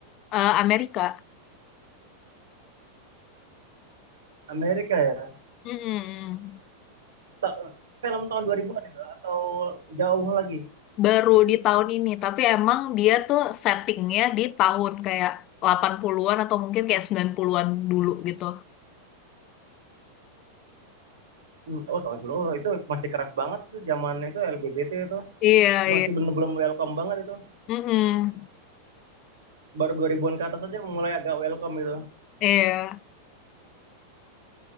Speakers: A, on the left; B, on the right.
A: eh, Amerika.
B: Amerika ya?
A: Mm-mm.
B: Ta- film tahun 2000-an ya? Atau jauh lagi?
A: Baru di tahun ini, tapi emang dia tuh settingnya di tahun kayak 80-an atau mungkin kayak 90-an dulu gitu.
B: Hmm, Oh, tahun sebelum. Oh, itu masih keras banget itu zaman itu LGBT itu.
A: Iya, iya.
B: Masih belum belum welcome banget itu.
A: Mm-mm.
B: Baru 2000-an ke atas aja mulai agak welcome gitu.
A: Iya.